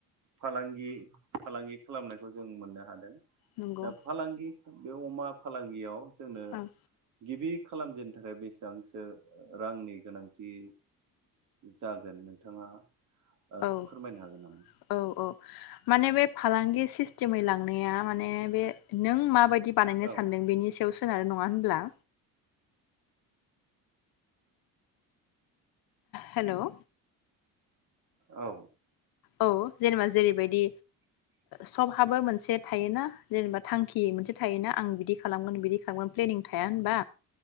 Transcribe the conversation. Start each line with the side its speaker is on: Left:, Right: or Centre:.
Right: फालांगि फालांगि खालामनायखौ जों मोननो हादों
Left: नंगौ
Right: दा फालांगि बे अमा फालांगियाव जोंनो
Left: ओं
Right: गिबि खालामजेननो थाखाय बेसेबांसो रांनि गोनांथि जागोन नोंथाङा ओ फोरमायनो
Left: औ
Right: हागोन नामा?
Left: औ औ माने बे फालांगि सिस स्टिमै लांनाया माने बे नों माबादि दि बानायनो
Right: औ
Left: सानदों बिनि सायाव सोनारो नङा होनब्ला हेल'
Right: औ
Left: औ जेनेबा जेरैबायदि सबहाबो मोनसे थायोना जेनेबा थांखि मोनसे थायोना आं बिदि खालामगोन बिदि खामगोन प्लेनिं थाया होनबा